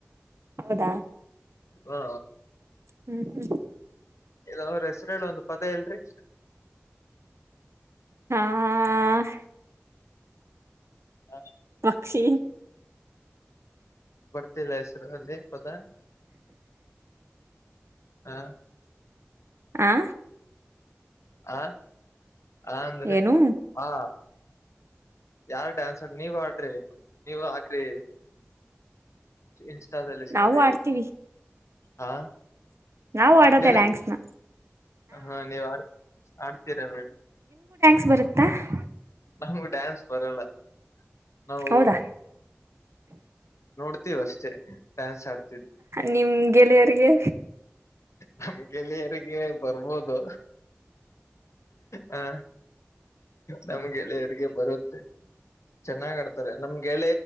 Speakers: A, on the right; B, on the left.
A: ಹೌದಾ
B: ಹಾ
A: ಹ್ಮ್ ಹ್ಮ್
B: ಅವರ ಹೆಸರು ಹೇಳಿ ಒಂದು ಪದ ಹೇಳರಿ
A: ಹ್ಮ್
B: ಹಾ
A: ಪಕ್ಷಿ
B: ಬರ್ತಿಲ್ಲ ಹೆಸರು ಅಲ್ಲಿ ಪದ ಹಾ.
A: ಆ
B: ಹ ಹ ಅಂದ್ರೆ
A: ಏನು
B: ಹಾ. ಯಾರ್ ಡ್ಯಾನ್ಸ್ ಆಡ್ರಿ ನೀವ್ ಆಡ್ರಿ ನೀವ ಹಾಕ್ರಿ. ಇನ್ಸ್ಟಾದಲ್ಲೀ ಸ್ಟೋರಿ
A: ನಾವು
B: ಹಾಕಿ.
A: ಆಡ್ತೀವಿ
B: ಹಾ
A: ನಾವು ಆಡೋದೆ
B: ಚಲ್ತ.
A: ಡ್ಯಾನ್ಸ್ನ
B: ಹಾ ನೀವು್ ಆಡ್ ಆಡ್ತೀರಾ ಬೇ.
A: <unintelligible>
B: ನಮಗು ಡ್ಯಾನ್ಸ್ ಬರಲ್ಲ. ನಾವು
A: ಹೌದಾ
B: ನೋಡ್ತೀವ ಅಷ್ಟೇ ಡ್ಯಾನ್ಸ್ ಆಡ್ತವಿ.
A: ನಿಮ್ ಗೆಳೆಯರ್ಗೆ.
B: ನಮ್ ಗೆಳೆಯರಿಗೆ ಬರ್ಬೋದು. ಹಾ ನಮ್ಗೆಳೆಯರಿಗೆ ಬರುತ್ತೆ. ಚೆನ್ನಾಗ್ ಆಡ್ತಾರೆ ನಮ್ಗೆೆ.